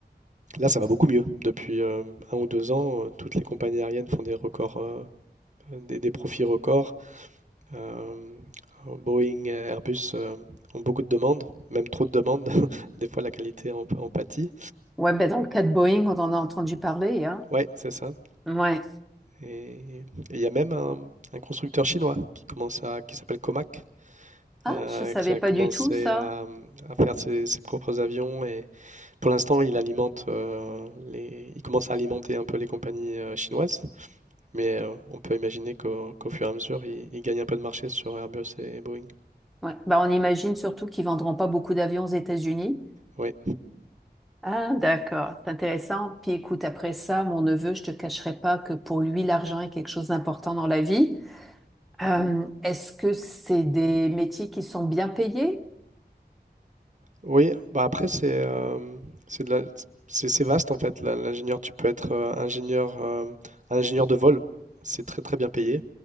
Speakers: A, on the right; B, in the centre.
A: Là, ça va beaucoup mieux. Depuis euh, un ou deux ans, euh, toutes les compagnies aériennes font des records, euh, des, des profits records. Euh, Boeing, Airbus euh, ont beaucoup de demandes, même trop de demandes. <laughs> Des fois, la qualité en, en pâtit.
B: Ouais, ben dans le cas de Boeing, on en a entendu parler, hein?
A: Ouais, c'est ça.
B: Ouais.
A: Et et il y a même un, un constructeur chinois qui commence à, qui s'appelle Comac,
B: Ah,
A: euh,
B: je savais
A: qui a
B: pas
A: commencé
B: du tout ça.
A: à, à faire ses, ses propres avions. Et pour l'instant, il alimente euh, les, il commence à alimenter un peu les compagnies euh, chinoises. Mais euh, on peut imaginer qu'au qu'au fur et à mesure, il, il gagne un peu de marché sur Airbus et Boeing.
B: Ouais. Ben, on imagine surtout qu'ils vendront pas beaucoup d'avions aux États-Unis.
A: Oui.
B: Ah, d'accord, c'est intéressant. Puis écoute, après ça, mon neveu, je te cacherai pas que pour lui, l'argent est quelque chose d'important dans la vie. Euh, est-ce que c'est des métiers qui sont bien payés?
A: Oui, bah après c'est euh, c'est de la- c'est c'est vaste en fait. la- L'ingénieur, tu peux être euh, ingénieur euh, ingénieur de vol, c'est très très bien payé.